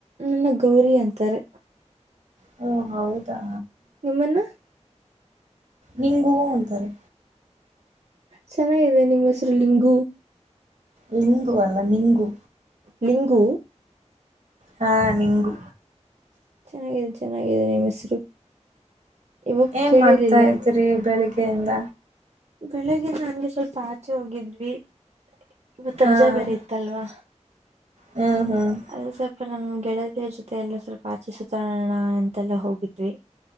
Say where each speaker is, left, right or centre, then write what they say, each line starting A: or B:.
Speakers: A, on the right; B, on the right.
A: ನನ್ನ ಗೌರಿ ಅಂತಾರೆ
B: ಹಓ ಹೌದಾ
A: ನಿಮ್ಮನ್ನ
B: ನಿಂಗು ಅಂತಾರೆ
A: ಚೆನ್ನಾಗಿದೆ ನಿಮ್ಮ ಹೆಸರುಲಿಿಂಗು
B: ಲಿಂಗು ಅಲ್ಲ ನಿಂಗು
A: ಲಿಂಗೂ
B: ಹಾ ನಿಂಗು
A: ಚೆನ್ನಾಗಿದೆ ಚೆನ್ನಾಗಿದೆ ನಿಮ್ಮ ಹೆಸರು ಇವಾಗ
B: ಏನ್
A: ಕೇಳಿರ್ಲಿಲ್ಲ
B: ಮಾಡ್ತಾ ಇದತ್ರಿ ಬೆಳಿಗ್ ಬೆಂದ
A: ಬೆಳಗ್ಗಿಂದ ನಂಗೆ ಸ್ವಲ್ಪ ಆಚೆ ಹೋಗಿದ್ವಿ ಇವತ್ತು
B: ಹಾಂ
A: ರಜಾ ಬೇರೆ ಇತ್ತಲ್ವಾ
B: ಹ್ಞೂ ಹ್ಞೂ ಹಾಂ
A: ಅದು ಸ್ವಲ್ಪ ನಮ್ ಗೆಳೆದಿ ಜೊತೆ ಮತ್ತೆ ಎಲ್ಲ ಸ್ವಲ್ಪ ಆಚೆ ಸುತ್ತೋೋಣ ಎಂತೆಲ್ಲ ಹೋಗಿದ್ವಿ